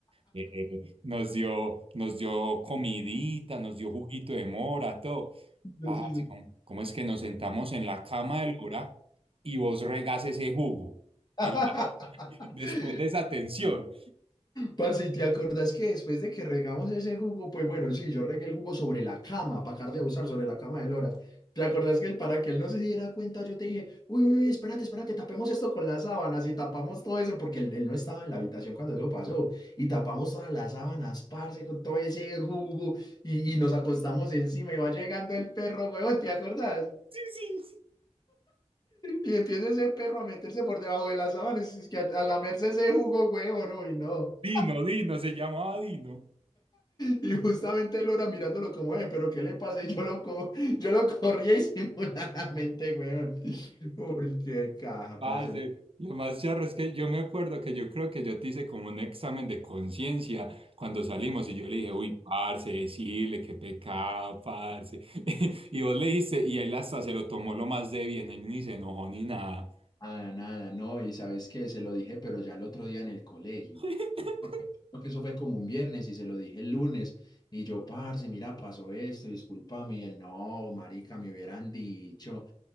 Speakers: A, on the right (about 50°); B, on the left (about 35°).
A: Eh, nos dio, nos dio comidita, nos dio juguito de mora, todo.
B: <laughs> Sí,
A: Ah,
B: sí,
A: así
B: sí.
A: como, ¿cómo es que nos sentamos en la cama de Lora y vos regás ese jugo?
B: <laughs>
A: En la- <laughs> después de esa atención
B: Parce, ¿y ¿te acordás que después de que regamos ese jugo? Pues bueno, sí, yo regué el jugo sobre la cama, para acabar de abusar sobre la cama de Lora. ¿Te acordás que para que él no se diera cuenta, yo te dije, uy, uy, uy, espérate, espérate, tapemos esto con las sábanas y tapamos todo eso, porque él, él no estaba en la habitación cuando eso pasó, y tapamos todas las sábanas, parce, con todo ese jugo, y, y nos acostamos encima, y va llegando el perro, huevón, ¿te acordás?
A: Sí, sí, sí.
B: Y empieza ese perro a meterse por debajo de las sábanas, es que a, a lamerse ese jugo, huevón, uy, no.
A: Dino, Dino, se llamaba Dino.
B: Y justamente Lora mirándolo como, ve, pero ¿qué le pasa? Y yo lo, co- yo lo corría disimuladamente, <laughs> weón. Uy, qué caja,
A: Parce,
B: parce.
A: lo más charro es que yo me acuerdo que yo creo que yo te hice como un examen de conciencia cuando salimos y yo le dije, uy, parce, decirle qué pecado, parce. <laughs> Y vos le dijiste, y él hasta se lo tomó lo más de bien, él ni se enojó ni nada.
B: Nada, nada, no. Y sabes qué, se lo dije, pero ya el otro día en el colegio.
A: <laughs>
B: Porque creo que eso fue como un viernes y se lo dije el lunes. Y yo, parce, mira, pasó esto, discúlpame. Y él, no, marica, me hubieran dicho.